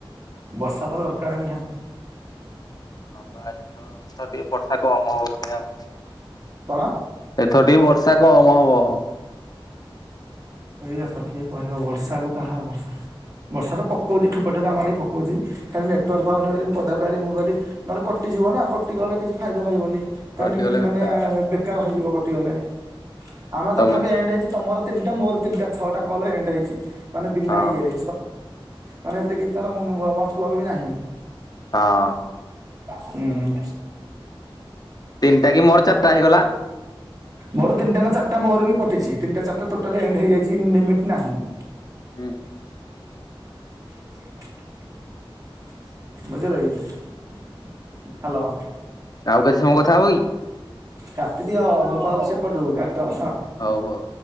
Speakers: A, on the right (about 40°); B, on the left (about 45°).
A: ବର୍ଷା ତ ଦରକାର ନିହାତି।
B: ବା ବାବା ଏଥର ଏଥର ଟିକେ ବର୍ଷା କମ ହବ ମାନେ ଆଉ।
A: କଣ?
B: ଏଥର ଟିକେ ବର୍ଷା କମ ହବ।
A: ଏଇଆ ତ କିଏ କହିବ ବର୍ଷା କୁ କାହାର ବର୍ଷା। ବର୍ଷା ପଉଛିଠୋପେ ଠୁପା ଆମର ବି ପକଉଛି। ଖାଲି ନେଟୱାର୍କ ପାଉନି ବୋଲି ମୁ ପଦା କହଲି ମୁଁ କହିଲି ନହେଲେ କଟିଯିବ ନା କଟି ଗଲେ କିଛି ଫାଇଦା ରହିବନି। ତା
B: କଟିଗଲେ
A: ମାନେ
B: ବେକାର
A: ବେକାର ହେଇଯିବ କଟିଗଲେ ଆମେ
B: ତମେ
A: ତଥାପି ଏଣ୍ଡ ହେଇ ତମର ତିନିଟା ମୋର ତିନିଟା ଛଅଟା କଲ ଏଣ୍ଡ ହେଇଛି ମାନେ ବିନା
B: ହଁ
A: ଇଏରେ ମାନେ ସେଥିରେ କିଛି ତାର ମତ ଲବ ବି ନାହିଁ।
B: ହଁ।
A: ଉଁ ଉଁ
B: ତିନି ଟା କି ମୋର ଚାରିଟା ହେଇଗଲା।
A: ମୋର ତିନିଟା ନା ଚାରିଟା ମୋର ବି କଟିଛି ତିନିଟା ଚାରିଟା ଟୋଟାଲ ଏଣ୍ଡ ହେଇଯାଇଛି ଲିମିଟ ନାହିଁ।
B: ହୁଁ।
A: ବୁଝିଲେ, କି ହ୍ୟାଲୋ।
B: ଆଉ କେତେ ସମୟ କଥା ହବ କି।
A: କାଟିଦିଅ ମୁଁ କହ ସେପଟୁ କାଟ।
B: ହଉ ହଉ।